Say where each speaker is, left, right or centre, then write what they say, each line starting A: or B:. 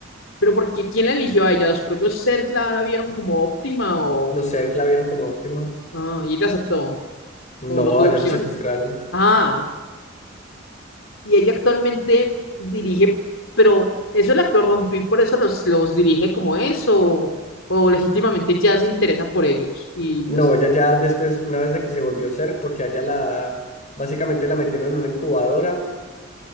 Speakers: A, on the left; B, on the left.
A: Pero ¿por qué? ¿Quién la eligió a ella? ¿Los propios Zerg la, la vieron como óptima o...?
B: Los Zerg la vieron como óptima.
A: Ah, y ella aceptó,
B: No,
A: o no tuvo
B: allá
A: opción.
B: la secuestraron.
A: Ah, y ella actualmente dirige, pero eso la corrompió y por eso los, los dirige como eso, o, o legítimamente ya se interesa por ellos. Y
B: No,
A: los...
B: ella ya después, una vez de que se volvió Zerg, porque allá la, básicamente la metieron en una incubadora